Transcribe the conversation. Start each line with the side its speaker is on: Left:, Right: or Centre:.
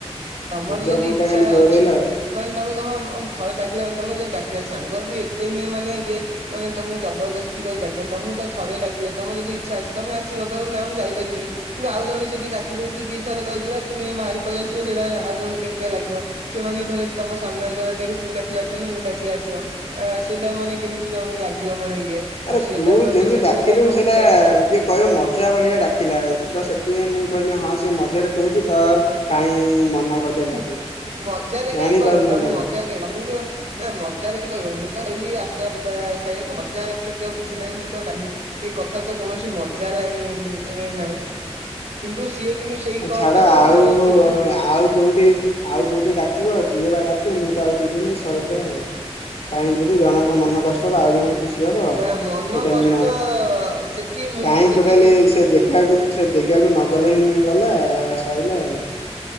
Right: ତମର
Left: ନିଜ
Right: ଯଦି
Left: ଭୁଲ
Right: ଇଚ୍ଛା
Left: ଟା ଖାଲି ଦୋହରେଇଲା
Right: ଅଛି
Left: ଆଉ।
Right: ମାନେ ତମେ କହ ଅଁ ଥରେ ଡାକିଲେ ମାନେ ତମେ ଯଦି ଡାକିଲେ ସାଙ୍ଗ ବି ଏତେ ନୁହେଁ ମାନେ ଇଏ ମାନେ ତମୁକୁ ଜବରଦସ୍ତି ଡାକିବ ତମୁ ତ ଥ ଡକିଲେ ତମ ଯଦି ଇଚ୍ଛା ଅଛି ତମେ ଆସିବ କହିବ ନାଁ ମୁଁ ଯାଇପାରିବିନି। କିନ୍ତୁ ଆଉ ଜଣ ସେଠି ଡାକି ଦଉଛି ଦିଥର କହିଦେଥିଲା, ତୁମେ ବାହାରି ପଳେଇ ଆସିବ, ସେଇଟା ଆଉ ଜଣଙ୍କୁ କେମିତିଆ ଲାଗିବ! ସେମାନେ ଫେରେ ତମ ସାମ୍ନାରେ କହେ ଦେଖ୍ ତୁ ଡାକିଲେ ଆସିବନି। ମୁଁ ଡାକିଲେ ଆସିବ। ଆ, ସେଇଟା ମାନେ କେମିତି ଜଣଙ୍କୁ ଲାଗିବ ମାନେ ଇଏ।
Left: ଆରେ
Right: ଆଉ ସିଏ
Left: ତୁ
Right: ତାର
Left: ଯେମି
Right: ଦୋଷ
Left: ଡାକିଲୁ
Right: ଦେଲେ ଖାଇବ
Left: ସେଟା
Right: ମୁଁ କାହିଁ ଖାଇବି।
Left: ଯିଏ କହିବେ ମଜା ଭଳିଆ ଡାକିଲା, ତ ସେଥିପାଇଁ ମୁଁ କହିନି ହଁ, ସେ ମଜାରେ କହୁଛି ତ କାଇଁ ମନା କରିଦେଲେ ତାକୁ।
Right: ମଜାରେ
Left: ଜାଣିପାରୁନ
Right: କାଇଁ କହିବ? ଜଣେ
Left: ତମେ
Right: ମଜାରେ କାଇଁ <unintelligible> ମୁଁ କ ନା ମଜାରେ କାଇଁ କହିବ, ମୁଁ ତ କହିଲି ଆସ ଯିବା ଖାଇଆକୁ ମଜା ଏଥିରେ ତ କିଛି ନାହିଁ। ମୁଁ ତ ଡାକିଲିି ଏଇ କଥା ତ କୌଣସି ମଜା ଲାଇନ୍ ରେ ନାହିଁ। କିନ୍ତୁ ସିଏ କିନ୍ତୁ ସେଇ କଲ୍
Left: ଛାଡ,
Right: ଟାକୁ
Left: ଆଉ
Right: ମାନେ ସେଠି
Left: ଆଉ ଯଉଠି ଆଉ ଯଉଠି ଡାକିବ! ଯିଏ ବା ଡାକୁ ମୁଁ ତ ଆଉ ଯିବିନି, ସଇଲା ଆଉ। କାହିଁ ଯିବି, ଜଣଙ୍କ ମନ କଷ୍ଟ ହବ, ଆଉ ଜଣେ ଖୁସି ହବ,
Right: ନା ମନ
Left: ଟୋଟାଲି
Right: କଷ୍ଟ
Left: ନ,
Right: ସେଠି ମୋ
Left: କାହିଁ
Right: ସେଠି
Left: ଟୋଟାଲି ସେ ଯେ କାହାକୁ ସେ ଜେଗାକୁ ନଗଲେ ହିଁ ଗଲା। ସଇଲା ଆଉ।